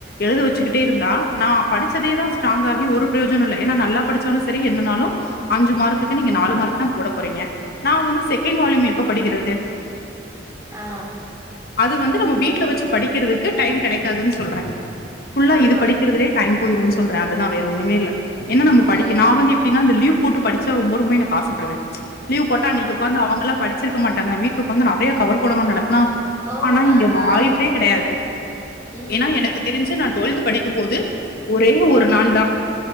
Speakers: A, on the left; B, on the right.
A: எழுத வச்சுக்கிட்டே இருந்தா நா படிச்சதேதா ஸ்டராங் ஆகி ஒரு பிரயோஜன இல்ல எனா நல்லா படிச்சாலு செரி என்னாலு அஞ்சு மார்க் இதுக்கு நீங்க
B: ஆமா
A: நாலு மார்க் தா போட போறீங்க நா வந்து செகண்ட் வால்யூம் எப்ப படிக்கிறது
B: ஆ
A: அது வந்து நம்ம வீட்ல வச்சு படிக்கிறதுக்கு டைம் கிடைக்காதுனு சொல்றே ஃபுல்லா
B: ஆமா
A: இது படிக்கறதுலே டைம் போயிரு சொல்ற அது தா வேற ஒன்னுமே இல்ல என்ன நம்ம
B: ம்
A: படிக்க நா வந்து எப்டின்னா இந்த லியூ கூட்டு படிச்சா ரொம்பொருமைனு ஆசப்படுவே லீ்வு போட்டா அன்னிக்கு உட்காந்து அவுங்கல்லா படிச்சிருக்க மாட் ங்க நா வீட்ல உக்காந்து நெறைய கவர் போணும்னு நெனப்னா
B: ஓ
A: ஆனா இங்க
B: ஆஹா
A: வாய்ப் <unintelligible> கெடையாது
B: ம்
A: ஏனா எனக்கு தெரிஞ்சு நா டுவெல்த் படிக்கும்போது ஒரே ஒரு நாள் தா